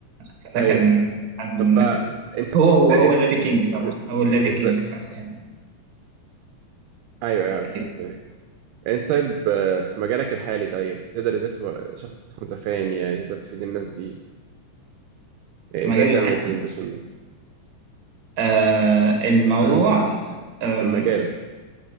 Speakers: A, on the right; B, on the right.
A: فده
B: أيوه
A: كان حد من
B: طب
A: الناس
B: بقى
A: اللي
B: أنت
A: هو
B: أنت
A: وهو لاري كينج
B: أنت-
A: طبعا هو لاري
B: إزاي
A: كينج بتاع سيان
B: أيوه أعرف
A: أيوة.
B: أنت طيب آه، في مجالك الحالي طيب تقدر إزاي تبقى شخص متفاني يعني تقدر تفيد الناس بيه يعني
A: في مجال
B: إزاي تعمل
A: الحق
B: الترانزيشن ده
A: آه الموضوع
B: أمم،
A: آم،
B: من مجالك